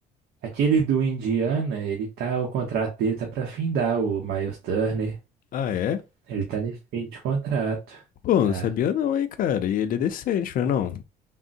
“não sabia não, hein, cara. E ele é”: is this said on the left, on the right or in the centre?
Left